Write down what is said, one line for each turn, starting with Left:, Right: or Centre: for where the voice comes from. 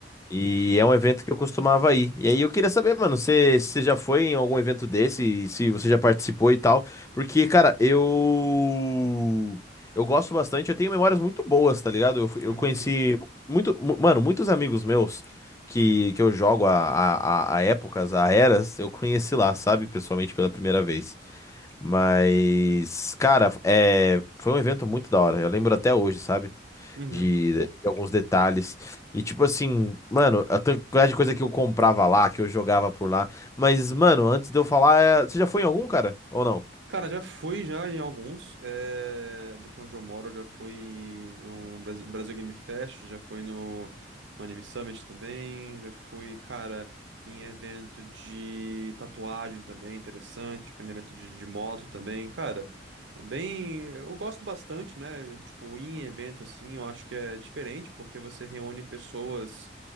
Left: E
Right: sim.
Left: é um evento que eu costumava ir. E aí eu queria saber, mano, se se você já foi em algum evento desse, e se você já participou e tal. Porque, cara, eu. Eu gosto bastante, eu tenho memórias muito boas, tá ligado? Eu, fui- eu
Right: Uhum,
Left: conheci muito, mu- mano, muitos amigos meus que, que eu jogo a, a, a épocas, a eras, eu conheci lá, sabe? Pessoalmente pela primeira vez. Mas, cara, é, foi um evento muito da hora. Eu lembro até hoje, sabe?
Right: uhum.
Left: de, de alguns detalhes. E tipo assim, mano, a tan- quantidade de coisa que eu comprava lá, que eu jogava por lá. Mas, mano, antes de eu falar, é, você já foi em algum, cara? Ou não?
Right: Cara, já fui já em alguns. eh, Daqui onde eu moro, eu já fui no Brasil, Brasil Game Fest, já fui no, no Anime Summit também, já fui, cara, em evento de tatuagem também, interessante, fui em evento de, de moto também, cara. Bem, eu gosto bastante, né? Tipo, ir em evento assim, eu acho que é diferente, porque você reúne pessoas